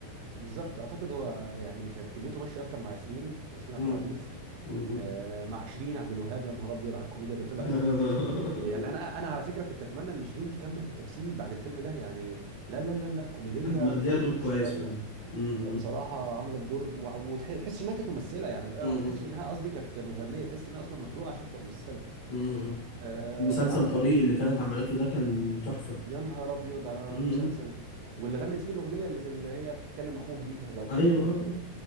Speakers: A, on the right; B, on the left.
A: بالظبط اعتقد هو يعني كانت كميته ماشيه اكتر مع ياسمين ياسمين
B: امم
A: عبد العزيز
B: أمم.
A: آه، مع شيرين عبد الوهاب يا نهار ابيض على الكوميديا اللي طلعت
B: <laughs>
A: يعني انا انا على فكره كنت اتمنى ان شيرين تكمل في التمثيل بعد الفيلم ده يعني لا لا لا لا كوميديه
B: كانت مأدية
A: بطريقه
B: دور كويس
A: مش طبيعيه
B: فعلا امم
A: بصراحه عملت دور ب- وع- وتحس تحسش انها كانت ممثله يعني آه،
B: امم
A: ما تحسش انها قصدي كانت مغنيه تحس انها اصلا مخلوقه عشان تبقى ممثله
B: امم
A: آه،
B: مسلسل
A: اعتقد
B: طريق اللي كانت عملته ده كان تحفه
A: يا نهار ابيض على
B: امم
A: مسلسل واللي غنت فيه الاغنيه اللي اللي هي بتكلم اخوها دي لو
B: ايوه
A: تفتكر